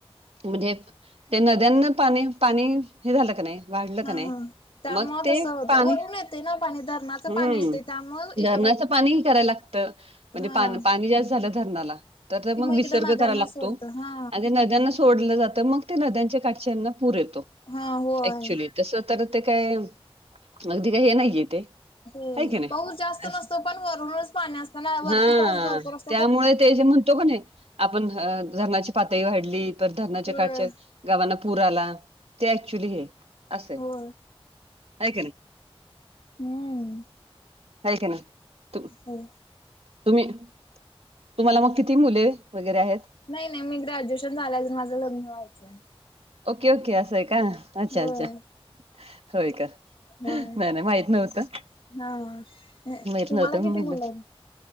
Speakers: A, on the right (about 80°); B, on the left (about 60°).
A: म्हणजे त्यांना त्यांना पाणी, पाणी हे झालं क नाही वाढलं का
B: हा.
A: नाही
B: त्यामुळे
A: मग ते
B: तसं होतंय
A: पाणी
B: वरून येते ना पाणी धरणाचं
A: हम्म
B: पाणी येते त्यामुळे इकडं
A: झरनाचा पाणीही करायला लागतं, म्हणजे
B: हा
A: पा पाणी जास्त झालं झरनाला तर तर
B: ती
A: मग
B: इकडं
A: विसर्ग
B: नद्यांना
A: करायला लागतो
B: सोडत हा
A: आणि नद्यांना तोडलं जातं मग ते नद्यांच्या काठच्यांना पूर येतो
B: हा होय
A: ऍक्च्युली तसं कर ते काय मगदी काय हे नाहीये ते.
B: होय
A: आहे की नाही
B: पाऊस जास्त
A: असं.
B: नसतो पण वरूनच पाणी असताना वरती
A: हा
B: पाऊस भरपूर अस
A: त्यामुळे ते जे म्हणतो का नाही, आपण धरणाची पातळी वाढली, प धरणाच्या
B: होय
A: काठच्या गावांना पूर आला, ते ऍक्च्युली हे असं आहे
B: हो,
A: हाय
B: हम्म
A: हाय की तू
B: हो-
A: तुम्ही तुम्हाला मग किती मुले वगैरे आहेत?
B: नाही नाही मी ग्रॅज्युएशन झाल्या अजून माझं लग्न व्हायचंय.
A: ओके ओके असं आहे का अच्छा
B: होय
A: अच्छा होय का?
B: होय
A: मला माहित नव्हत,
B: हा
A: माहित
B: तुम्हाला
A: नव्हत
B: किती
A: मला
B: मुलं आहेत